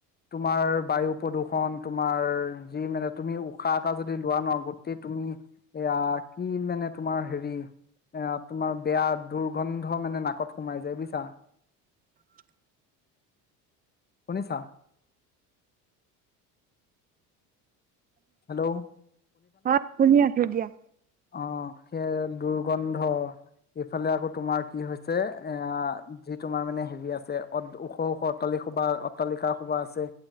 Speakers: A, on the left; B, on the right.
A: তোমাৰ বায়ু প্ৰদূষণ তোমাৰ যি মানে তুমি উশাহ এটা যদি লোৱা ন, গো টেই তুমি এয়া কি মানে তোমাৰ হেৰি এ তোমাৰ বেয়া দুৰ্গন্ধ মানে নাকত সোমাই যায় বুজিছা।
B: <inaudible>
A: শুনিছা? হেল্ল'
B: হয়, শুনি আছো দিয়া।
A: অঁ সেইয় দুৰ্গন্ধ। এইফালে আকৌ তোমাৰ কি হৈছে, এ যি তোমাৰ মানে হেৰি আছে ওখ ওখ। অট্টালিক সোপা অট্টালিকা সোপা আছে